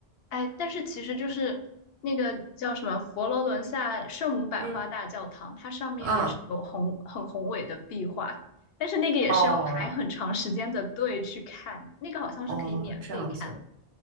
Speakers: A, on the left; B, on the right.
A: 哎，但是其实就是那个叫什么佛罗伦萨圣母百花大教堂，
B: <laughs> 嗯
A: 它上面也是有宏很宏伟的壁画，
B: 啊，
A: 但是那个也是要排很长时间的队去看，
B: 哦
A: 那个好像是可以免费看的，
B: 哦，这样子。